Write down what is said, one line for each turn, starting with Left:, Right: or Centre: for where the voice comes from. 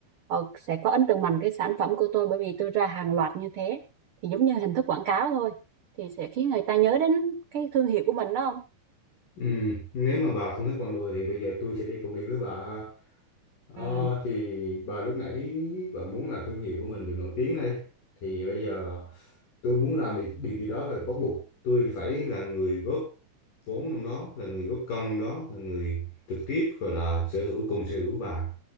Right: họ sẽ có ấn tượng mạnh cái sản phẩm của tôi bởi vì tôi ra hàng loạt như thế thì giống như hình thức quảng cáo thôi thì sẽ khiến người ta nhớ đến cái thương hiệu của mình đó không
Left: Ừ. nếu mà bà không thích con lùi thì bây giờ tôi sẽ đi cùng đi với bà ờ,
Right: ừ,
Left: thì bà lúc nãy bà muốn làm thương hiệu của mình được nổi tiếng đây thì bây giờ tôi muốn làm thì điều gì đó là bắt buộc tôi phải là người góp vốn trong đó là người góp công trong đó là người trực tiếp gọi là sở hữu cùng sở hữu bà